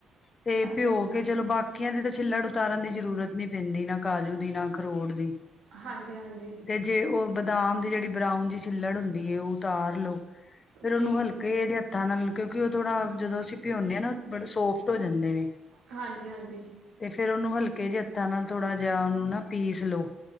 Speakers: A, on the left (about 40°); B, on the right (about 80°).
A: ਤੇ
B: ਅੱਛਾ
A: ਭਿਓ
B: ਅੱਛਾ
A: ਕੇ ਚਲੋ ਬਾਕੀ। ਟੱਕੀਆਂ ਦੀ ਤਾਂ ਛਿੱਲਾੜ ਉਤਾਰਨ ਦੀ ਜ਼ਰੂਰਤ ਨਹੀਂ ਪੈਂਦੀ ਨਾ ਕਾਜੂ ਦੀ ਨਾ ਖਰੋਟ ਦੀ,
B: ਹਾਂਜੀ-ਹਾਂਜੀ,
A: ਤੇ ਜੇ ਉਹ ਬਦਾਮ ਦੀ ਜਿਹੜੀ ਬਰਾਊਨ ਜਿਹੀ ਛਿੱਲੜ ਹੁੰਦੀ ਉਹ ਉਤਾਰ ਲੋੋ ਫੇਰ ਉਹਨੂੰ
B: ਠੀਕ
A: ਹਲਕੇ
B: ਹੈ
A: ਜਹੇ, ਨਾਲ ਕਿਉਂਕਿ ਉਹ ਥੋੜਾ ਜਦੋਂ ਅਸੀਂ ਭਿਉਂਨੇ ਆ ਨਾ ਬੜੇ ਸੋਫਟ ਹੋ ਜਾਂਦੇ।
B: ਹਾਂਜੀ ਹਾਂਜੀ
A: ਤੇ ਫੇਿਰ ਉਹਨੂੰ ਹਲਕੇ ਜ ਹੱਥਾਂ ਨਾਲ ਥੋੜਾ, ਜਹਾ ਉਹਨੂੰ ਨਾ ਪੀਸ ਲੋਓ